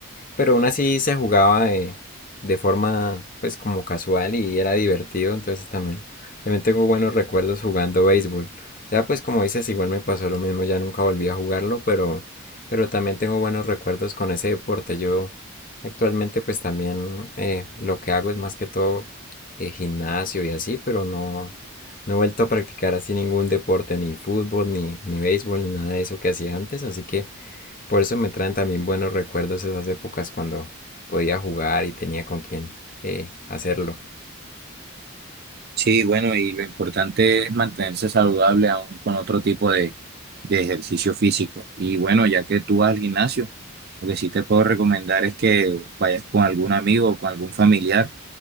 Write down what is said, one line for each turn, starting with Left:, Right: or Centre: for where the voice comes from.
Left: Pero aún así se jugaba de, de forma pues como casual y era divertido, entonces también, también tengo buenos recuerdos jugando béisbol. Ya pues como dices, igual me pasó lo mismo, ya nunca volví a jugarlo, pero, pero también tengo buenos recuerdos con ese deporte. Yo actualmente pues también eh, lo que hago es más que todo eh, gimnasio y así, pero no, no he vuelto a practicar así ningún deporte, ni fútbol, ni, ni béisbol, ni nada de eso que hacía antes, así que por eso me traen también buenos recuerdos esas épocas cuando podía jugar y tenía con quién eh, hacerlo.
Right: Sí, bueno, y lo importante es mantenerse saludable aún con otro tipo de, de ejercicio físico. Y bueno, ya que tú vas al gimnasio, lo que sí te puedo recomendar es que vayas con algún amigo o con algún familiar